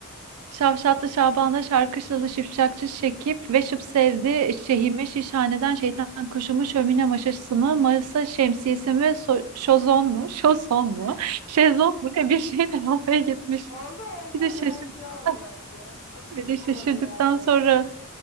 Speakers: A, on the right; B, on the left.
A: Şavşatlı Şaban'da şarkışlalı şipşakçı Şekip ve şıp sevdi şehime şişhaneden şeytan kuşumu şömine maşası mı masa şemsiyesi mi so- şozon mu şozon
B: <laughs>
A: mu <laughs> şezlong mu ne bir şeyle <laughs> almaya gitmiş.
B: Oldu oldu
A: Bir de şaşırdıktan,
B: gayet iyi oldu bence. Çok
A: bir
B: şey
A: de şaşırdıktan
B: olmadı yani.
A: sonra